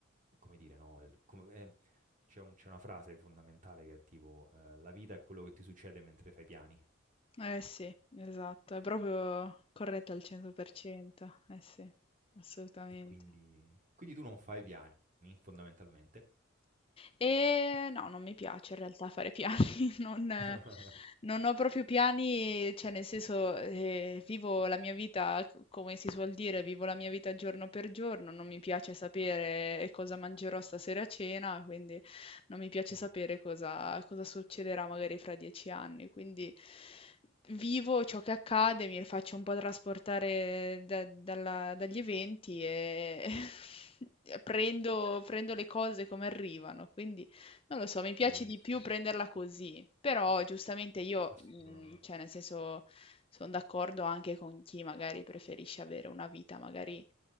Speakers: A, on the right; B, on the left.
A: come dire, no, il come ehm, c'è un c'è una frase fondamentale che è tipo, ehm: "La vita è quello che ti succede mentre fai piani".
B: Eh sì, esatto, è proprio corretto al 100%, eh sì, assolutamente.
A: E quindi quindi tu non fai piani fondamentalmente?
B: Ehm, no, non mi piace in realtà fare piani, <laughs> non eh,
A: <laughs>
B: non ho proprio piani, cioè nel senso, ehm, vivo la mia vita, c come si suol dire, vivo la mia vita giorno per giorno, non mi piace sapere cosa mangerò stasera a cena, quindi non mi piace
A: Mh.
B: sapere cosa cosa succederà magari fra 10 anni, quindi vivo ciò che accade, mi faccio un po' trasportare da- dalla- dagli eventi e <laughs> prendo, prendo le cose come arrivano. Quindi non lo so, mi piace
A: Benissimo,
B: di più prenderla così. Però giustamente io,
A: assolutamente.
B: mh, cioè nel senso, sono d'accordo anche con chi magari preferisce avere una vita magari